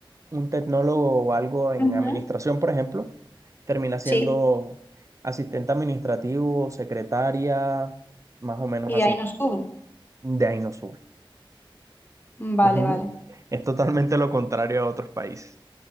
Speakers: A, on the right; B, on the left.
A: un tecnólogo o algo en
B: pues, Ujú.
A: administración, por ejemplo, termina siendo
B: sí,
A: asistente administrativo, secretaria, más o menos
B: y
A: así.
B: de ahí nos sube.
A: De ahí no sube.
B: Vale,
A: <laughs> Es un-
B: vale.
A: es totalmente lo contrario a otros países.